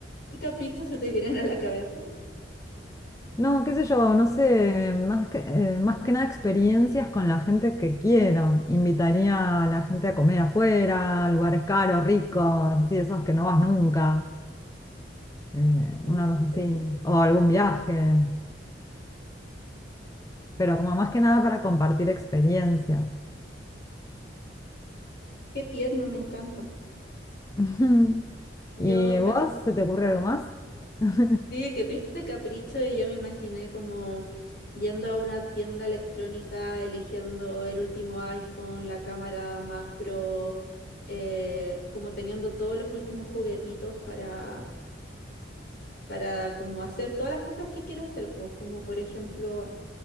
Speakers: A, on the left (about 55°); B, on the left (about 20°).
A: ¿Qué caprichos se te vienen a la cabeza?
B: No, qué sé yo, no sé, más que, eh, más que nada experiencias con la gente que quiero. Invitaría a la gente a comer afuera, a lugares caros, ricos, así, esos que no vas nunca, eh,
A: Mm,
B: una cosa
A: Perfecto.
B: así, o algún viaje, pero como más que nada para compartir experiencias.
A: Qué tierno, me encanta.
B: <laughs>
A: Yo
B: ¿Y vos,
A: pensé
B: se te ocurre algo más? <laughs>
A: que tú dijiste capricho y yo me imaginé como yendo a una tienda electrónica, eligiendo el último iPhone, la cámara más pro, eh, como teniendo todos los últimos juguetitos para para como hacer todas las cosas que quiero hacer, pues como por ejemplo,